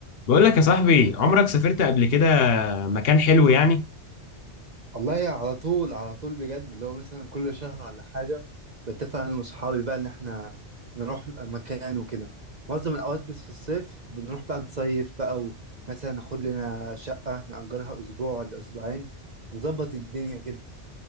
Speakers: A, on the left; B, on the right.
A: بقول لك يا صاحبي عمرك سافرت قبل كده مكان حلو يعني
B: والله يعني على طول على طول بجد اللي هو مثلا كل شهر ولا حاجة بتفق أنا وصحابي بقى إن إحنا نروح مكان وكده معظم الأوقات بس في الصيف بنروح بقى نصيف بقى ومثلا ناخد لنا شقة نأجرها أسبوع ولا أسبوعين نظبط الدنيا كده